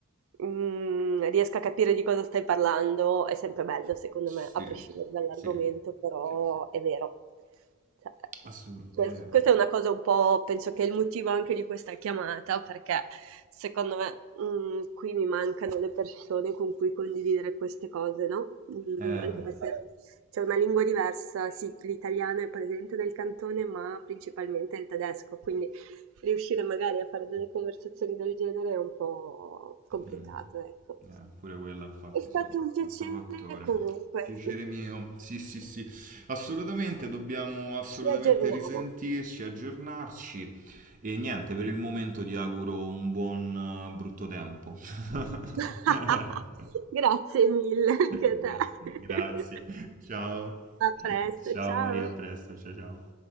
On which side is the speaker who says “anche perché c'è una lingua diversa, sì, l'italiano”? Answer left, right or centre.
Right